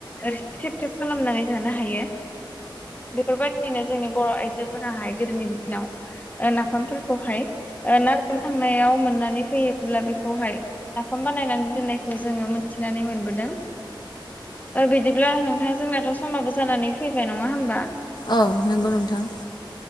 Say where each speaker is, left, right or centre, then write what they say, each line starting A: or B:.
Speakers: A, on the left; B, on the left.
A: ओरैसे थेब थेब खालामनानै जानो हायो। बेफोरबाय जोंनि बर' आइजोफोराहाय गोदोनि दिनाव नाफामफोरखौहाय ना गुरनो थांनायाव मोननानै फैयोब्ला बेखौहाय नाफाम बानायनानै दोननाय खौ जोङो मिथिनानै मोनबोदों। बिदिब्ला नोंथा जोंनाथ' समाबो जानानै फैबाय नङा होमबा?
B: औ नंगौ नोंथां